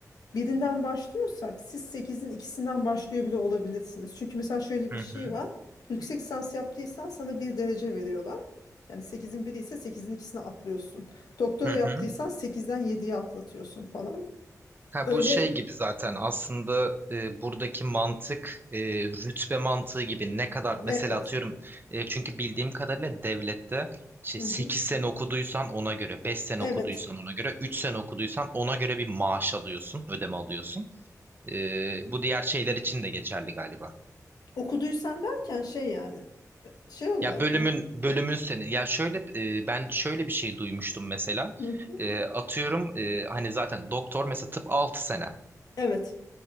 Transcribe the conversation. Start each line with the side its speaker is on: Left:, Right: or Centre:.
Left: birinden başlıyorsak siz sekizin ikisinden başlıyor bile olabilirsiniz. Çünkü mesela şöyle
Right: hı
Left: bir şey
Right: hı,
Left: var. Yüksek lisans yaptıysan sana bir derece veriyorlar. Yani sekizin biri ise sekizin ikisine atlıyorsun. Doktora
Right: hı
Left: yaptıysan
Right: hı.
Left: sekizden 7'ye atlatıyorsun falan.
Right: Ha,
Left: Öyle
Right: bu şey gibi zaten aslında e, buradaki mantık e, rütbe mantığı gibi ne kadar
Left: evet.
Right: mesela atıyorum e, çünkü bildiğim kadarıyla devlette şey
Left: Hı
Right: 8
Left: hı.
Right: sene okuduysan ona göre beş sene
Left: Evet.
Right: okuduysan ona göre 3 sene okuduysan ona göre bir maaş alıyorsun ödeme alıyorsun. E, bu diğer şeyler için de geçerli galiba.
Left: Okuduysan derken şey yani şey olarak
Right: Ya bölümün
Left: mı?
Right: bölümün seni ya şöyle e, ben şöyle bir şey duymuştum mesela
Left: Hı hı.
Right: E, atıyorum e, hani zaten doktor mesela tıp 6 sene.
Left: Evet.